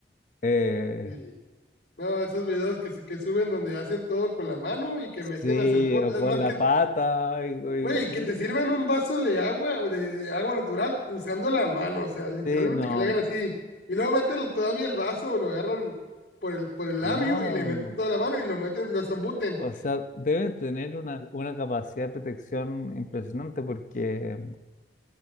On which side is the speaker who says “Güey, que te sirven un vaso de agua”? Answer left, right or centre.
Left